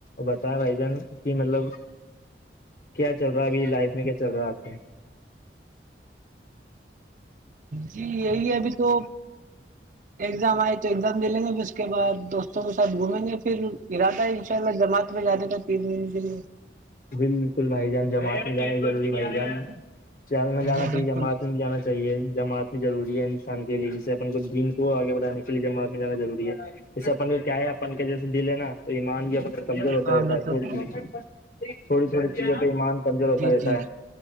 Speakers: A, on the left; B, on the right.
A: بتیں بھائی جان کی مطلب کیا چل رہا ہے ابھی لائف میں کیا چل رہا ہے آپ کے
B: جی یہی ہے ابھی تو ایگزام آئے تو ایگزام دے لیں گے پھر اس کے بعد دوستوں کے ساتھ گھومیں گے پھر پھر ارادہ ہے ان شاء اللہ جماعت میں جانے کا تین تین دن
A: بالکل بھائی جان جماعت میں جانانی ضروری بھائی جان چلنا جانا
B: جی
A: چاہیے
B: بالکل
A: جماعت میں بھی جانا چاہیے جمع ضروری ہے انسان کے لیے جسے اپن کو دین کو آگے بڑھانے کے لیے جماعت میں جانا روری ہے جے اپن کو کیا ہے اپن کے جیسے دل ہے نا تو ایمان بھی اپ کا کمزور ہوتا
B: ہاں
A: رہتا
B: بالکل
A: ہے تھوڑی تھوڑی چیزوں پہ ایمان کمزور ہوتا
B: جی
A: رہتا
B: جی
A: ہے